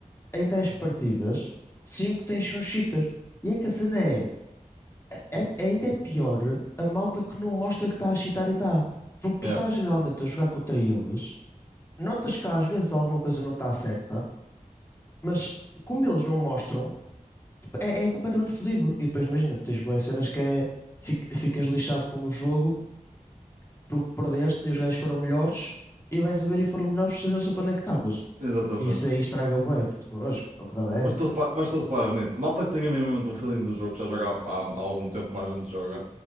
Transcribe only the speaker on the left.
em 10 partidas, 5 tens um cheater. E é que a cena é, é, ainda é pior a malta que não mostra que está a cheatar e está. Porque tu
estás geralmente a jogar contra eles, notas que às vezes alguma coisa não está certa, mas como eles não mostram, tipo, é, é completamente fodido. E depois imagina, tens boas cenas que é, fic- ficas lixado com o jogo porque perdeste e os gajos foram melhores e vais a ver e foram melhores, sabiam-se para onde é que estavas.
Isso aí estraga o bué, puto, connosco. A verdade é
essa.